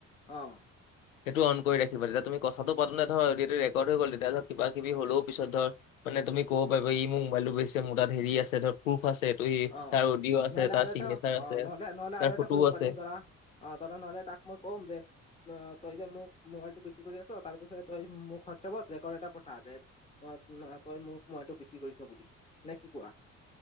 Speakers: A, on the left; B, on the left.
A: অঁ'।
B: সেইটো অন কৰি ৰাখিবা তেতিয়া তুমি কথাটো পাতো তে ধৰ অডিঅটো ৰেকৰ্ড হৈ গ'ল তেতিয়া ধৰ কিবা কিবি হলও ধৰ পিছত ধৰ- মানে তুমি ক'ব পাৰিবা ই মোৰ মোবাইলটো বজিছে মোৰ তাত হেৰি আছে ধৰ প্ৰুফ আছে এইটো ই
A: অ
B: তাৰ অডিঅ' আছে।
A: নহ'লে আৰু
B: তাৰ
A: এটা
B: চিগনেচাৰ
A: অ'
B: আছে
A: নহলে নহলে
B: তাৰ
A: আৰু এটা
B: ফটোও
A: কৰিব
B: আছে
A: পাৰিম ধৰা অঁ ধৰা নহলে তাক মই কম যে- অ' তই যে মোক মোবাইল টো বিক্ৰী কৰি আছ তাৰ বিষয়ে তই মোক হুৱাটচেপত ৰেকৰ্ড এটা পঠা দে- অ' তই মোক মবাইলতো বিক্ৰী কৰিছ বুলি নে কি কোৱা?